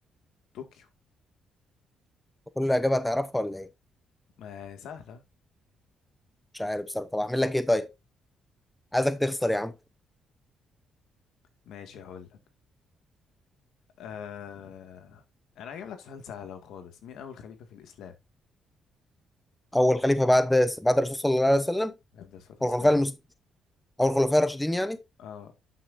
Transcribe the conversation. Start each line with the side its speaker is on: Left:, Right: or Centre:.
Left: طوكيو
Centre: كل إجابة هتعرفها ولا إيه
Left: ما سهلة
Centre: مش عارف بصراحة طب أعمل لك إيه طيب عايزك تخسر يا عم
Left: ماشي هقول لك آه... انا هجيب لك سؤال سهل أهو خالص مين اول خليفة في الاسلام
Centre: أول خليفة بعد بعد الرسول صلى الله عليه وسلم
Left: افضل الصلاة والسلام
Centre: والخلفاء المست... أو الخلفاء الراشدين يعني
Left: اه